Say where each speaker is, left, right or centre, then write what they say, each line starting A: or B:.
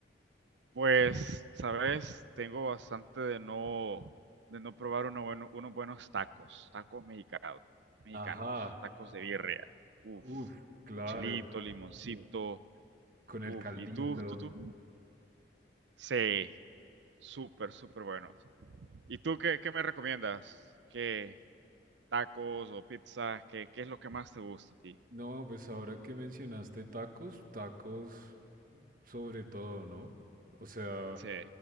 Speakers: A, on the right (about 75°); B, on the right (about 50°).
A: pues, sabes, tengo bastante de no, de no probar uno bueno- unos buenos tacos, tacos mexicanos, mexicanos,
B: Ajá,
A: tacos de birria, uff,
B: uf, claro,
A: con chilito, Sí, limoncito,
B: con
A: uff,
B: el caldito.
A: ¿y sí, tú, tú, tú? Sí, súper, súper buenos. ¿Y tú qué, qué me recomiendas? ¿Qué tacos o pizzas? ¿Qué, qué es lo que más te gusta a ti?
B: No, pues ahora que mencionaste tacos, tacos sobre todo, ¿no? O sea,
A: Sí,